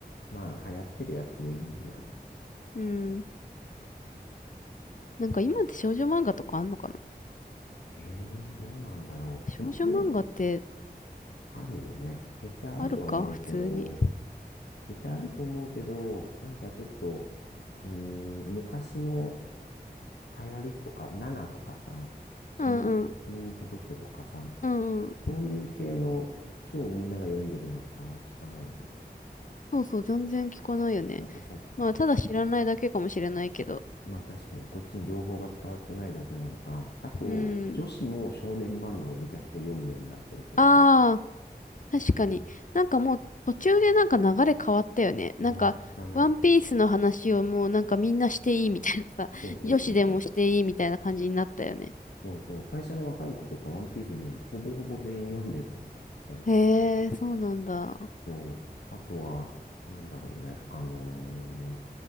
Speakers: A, on the left; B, on the left.
A: まあ、流行ってるやつでいいんじゃない
B: <laughs> うん。なんか今って少女漫画とかあんのかな
A: ええーどうなんだろう。
B: 少女漫画って
A: でも、ある、あるよね。絶対あるとは思うけど、
B: あるか普通に。
A: 絶対あると思うけど、なんかちょっと、うーん、昔の流行りとか、ナナとかさ、君、
B: うんうん。
A: 君に届けとかさ、
B: うんうん。
A: そういう系の超みんなが読んでるのってあんま聞かないよね。
B: そうそう、全然聞かないよね。
A: なんかさ、
B: まあ、ただ知らないだけかもしれないけど。
A: まあ確かに、こっちに情報が伝わってないだけなのか。あと、
B: うん。
A: 女子も少年漫画をめちゃくちゃ読むようになってる気がする。
B: ああ、確かに。なんかもう途中でなんか流れ変わったよね。なんか、
A: 変わったね。
B: ワンピースの話をもうなんかみんなしていいみたいなさ、<laughs>
A: そうそうそうそう。
B: 女子でもしていいみたいな感じになったよね。
A: そうそう。会社の若い子とかワンピースもほぼほぼ全員読んでるもんね、やっぱり。
B: へえ、そうなんだ。
A: そう。あとは、なんだろうね。あのー